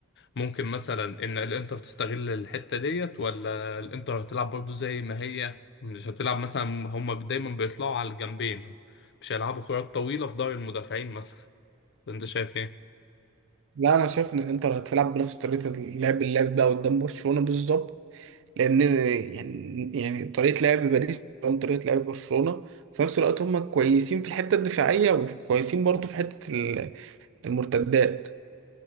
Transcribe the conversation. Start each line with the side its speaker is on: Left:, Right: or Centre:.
Left: ممكن مثلا ان الانتر تستغل الحتة ديت ولا الانتر هتلعب برضو زي ما هي مش هتلعب مثلا هما دايما بيطلعوا على الجنبين مش هيلعبوا كرات طويلة في ظهر المدافعين مثلا انت شايف ايه؟
Right: لا انا شايف ان الانتر هتلعب بنفس طريقه اللعب اللي لعب بقى قدام برشلونه بالظبط لان يعني يعني طريقه لعب باريس قدام طريقه لعب برشلونه في نفس الوقت هم كويسين في الحته الدفاعيه وكويسين برضو في حته ال- المرتدات